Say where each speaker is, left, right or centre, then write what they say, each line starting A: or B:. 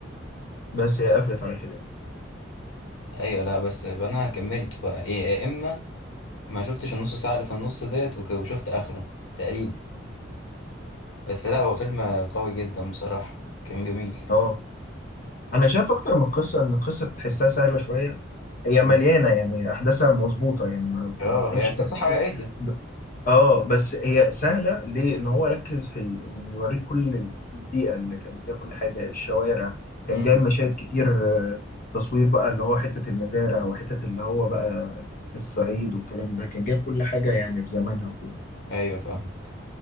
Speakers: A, on the left; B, on the left.
A: بس هي قفلت على كده يعني
B: ايوه لا بس يبقى انا كملت بقى إيه، يا اما ما شفتش النص ساعه اللي في النص ديت وك- وشفت اخره تقريبا بس لا هو فيلم قوي جدا بصراحه كان جميل
A: اه أنا شايف أكتر من قصة إن القصة تحسها سهلة شوية هي
B: مم.
A: مليانة يعني أحداثها مظبوطة يعني ما,
B: اه
A: ما تعبش
B: هي قصه
A: فيها
B: حقيقيه
A: حاجة اه بس هي سهله ليه ان هو ركز في ال... ان يوريك كل ال- البيئه اللي كان فيها كل حاجه الشوارع كان
B: امم
A: جايب مشاهد كتير آه، تصوير بقى اللي هو حته المزارع وحته اللي هو بقى الصعيد والكلام ده كان جايب كل حاجه يعني في زمانها وكده
B: ايوه فاهمك